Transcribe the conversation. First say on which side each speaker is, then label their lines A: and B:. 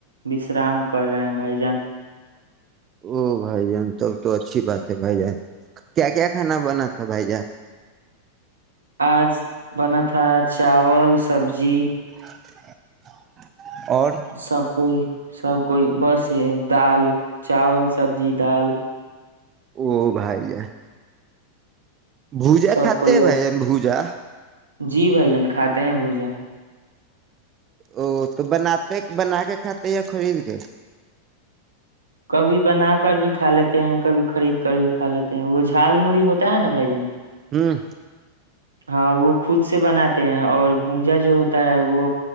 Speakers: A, on the right; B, on the right.
A: وشرام کر رہے ہیں بھائی جان
B: او بھائی جان تب تو اچھی بات ہے بھائی جان کیا کیا کھانا بنا تھا بھائی جان
A: آج بنا تھا چاول سبزی
B: <inaudible> اور
A: سب کوئی سب کوئی بس یہ دال چاول سبزی دال
B: او بھائی ہے بوجا
A: سب
B: کھاتے
A: کوئی
B: ہیں بھ
A: آج
B: جن بوجا
A: جی بھائی جان کھاتے ہیں بوجا
B: ا تو بناتات بنا کے کھاتے ہیں خرید کے
A: کبھی بنا کر بھی کھا لیتے ہیں کبھی خرید کر بھی کھا لیتے ہیں وہ جھال مڑی ہوتا ہے نا بھائی جان
B: ہوں
A: ہاں وہ خود سے بناتے ہیں اور بھجا جو ہوتا ہے وہ